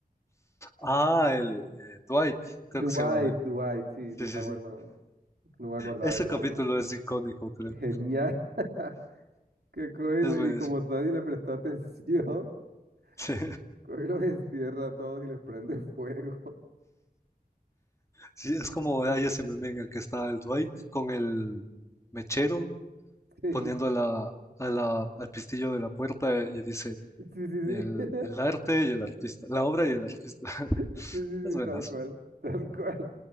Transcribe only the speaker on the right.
Dwight,
Dwight, sí, de
Howard
no, no me acordaba
el
nombre.
Genial, <laughs> que coge
y, le-
y como nadie le prestó atención,
<laughs> coge y los encierra a todos y les prende fuego. <laughs>
Sí,
sí, sí, sí,
sí, <laughs>
sí, sí,
sí, tal cual, <laughs> tal cual.